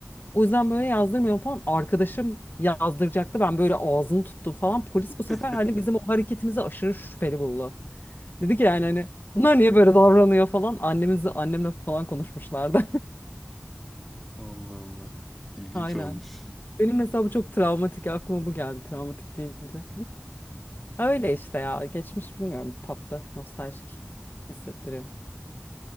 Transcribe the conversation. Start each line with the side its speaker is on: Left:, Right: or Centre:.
Left: O yüzden böyle yazdırmıyor falan. Arkadaşım yazdıracaktı. Ben böyle ağzını tuttum falan. Polis bu sefer
Centre: <laughs>
Left: hani bizim o hareketimizi aşırı şüpheli buldu. Dedi ki yani hani bunlar niye böyle davranıyor falan. Annemizle annemle falan konuşmuşlardı.
Centre: Allah Allah.
Left: <laughs>
Centre: İlginç
Left: Aynen.
Centre: olmuş.
Left: Benim mesela bu çok travmatik. Aklıma bu geldi travmatik deyince. Öyle işte ya. Geçmiş bilmiyorum. Tatlı, nostaljik hissettiriyor.